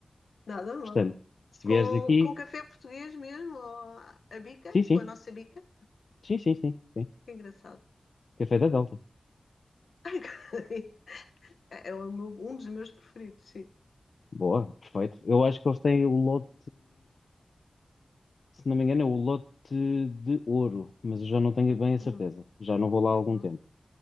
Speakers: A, on the left; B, on the left.
A: Nada mal.
B: Portanto, se
A: Com,
B: vieres aqui,
A: com café português mesmo, ou a bica,
B: sim, sim,
A: com a nossa bica.
B: sim, sim, sim, sim.
A: Que engraçado.
B: Café da Delta.
A: <laughs> É o meu- um dos meus preferidos, sim.
B: Boa, perfeito. Eu acho que eles têm o lote, se não me engano, é o lote de ouro, mas eu já não tenho bem
A: Hum,
B: a certeza. Já não vou lá há
A: Uhum,
B: algum tempo.